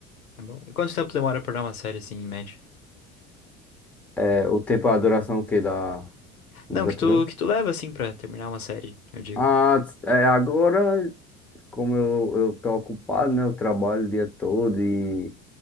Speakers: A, on the left; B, in the centre.
A: É bom. E quanto tempo demora pra dar uma série assim, em média?
B: É, o tempo, a duração o quê da, dos
A: Não,
B: episódios?
A: que tu, que tu leva, assim, pra terminar uma série, eu digo.
B: Ah, é, agora, como eu, eu tô ocupado, né? Eu trabalho o dia todo e